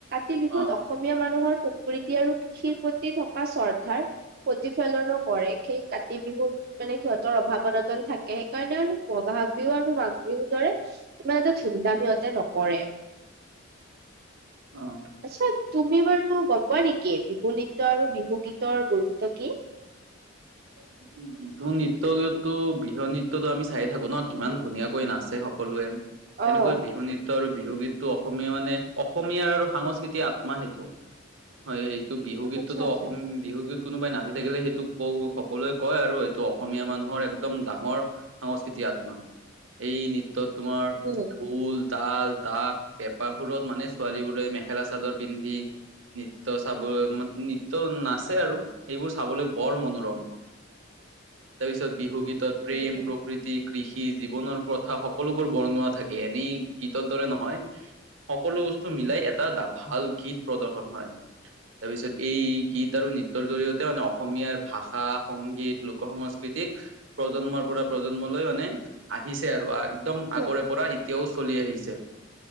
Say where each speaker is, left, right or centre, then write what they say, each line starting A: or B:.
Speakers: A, on the right; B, on the right.
A: কাতি বিহুত
B: অ',
A: অসম দুখীয়া মানুহৰ প্ৰকৃতি আৰু কৃষিৰ প্ৰতি থকা শ্ৰদ্ধাৰ প্ৰতিফলনো কৰে। সেই কাতি বিহুত মানে সিহঁতৰ অভাৱ অনাতন থাকে, সেইকাৰণে বহাগ আৰু মাগ বিহু আৰু মাঘ বিহুৰ দৰে ইমান এটা ধুমধামিয়তে নকৰে।
B: অ।
A: আছা তুমি বাৰু গম পোৱা নেকি বিহু নৃত্য আৰু বিহু গীতৰ গুৰুত্ব কি?
B: <unintelligible> বিহু নৃত্য, বিহু নৃত্যতো আমি চাই থাকো ন কিমান ধুনীয়াকৈ নাচে সকলোৱে। তেনেকৈ
A: অ
B: বিহু নৃত্য আৰু বিহু গীতটো অসমীয়া মানে অসমীয়াৰ আৰু সংস্কৃতিক আত্মা সেইটো। হয়, এইটো বিহু গীতটোতো
A: আচ্ছা আচ্ছা
B: অসম বিহু গীত কোনোবাই নাচি থাকিলে সেইটো ক' সকলোৱে কয় আৰু এইটো অসমীয়া মানুহৰ একদম ডাঙৰ সংস্কৃতি আত্মা, এই নৃত্যত তোমাৰ
A: উম
B: ঢোল তাল, তাস, পেঁপাৰ সুৰত মানে ছোৱালী বোৰে মেখেলা চাদৰ পিন্ধি নৃত্য চাবলৈ মান নৃত্য নাচে আৰু সেইবোৰ চাবলৈ বৰ মনোৰম। তাৰপিছত বিহু গীতত প্ৰেম
A: উম
B: প্ৰকৃতি কৃষি জীৱনৰ কথা সকলোবোৰ বৰ্ণোৱা থাকে এনেই গীতৰ দৰে নহয়। সকলো বস্তু মিলাই এটা ভাল গীত প্ৰদৰ্শন হয়। তাৰপিছত এই গীত আৰু নৃত্য জৰিয়তে মানে অসমীয়া ভাষা, সংগীত, লোক সংস্কৃতিক প্ৰজন্মৰ পৰা প্ৰজন্মলৈ মানে আহিছে আৰু। একদম আগৰে
A: উম
B: পৰা এতিয়াও চলি আহিছে